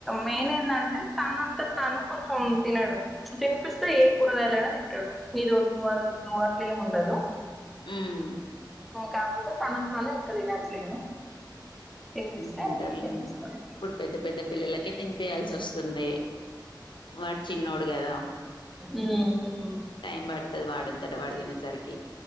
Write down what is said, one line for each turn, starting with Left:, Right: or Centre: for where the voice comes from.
Centre: మెయిన్ ఏంటం అంటే తనంతా తాను కొంచెం తినడు తినిపిస్తే ఏ కూరగాయలైనా తింటాడు ఇది వద్దు అదోదు అట్లేముండదు
Left: ఉమ్మ్
Centre: కాకపోతే తనకు తను ఇంకా తినట్లేదు తినిపిస్తే
Left: తింటారులేండి
Centre: తినేస్తాడు
Left: ఇప్పుడు పెద్ద పెద్ద పిల్లలకే తినిపయాల్సి వస్తుంది వాడు చిన్నోడు కదా
Centre: ఆ
Left: టైం పడుతది వాడంతట వాడు తినేసరికి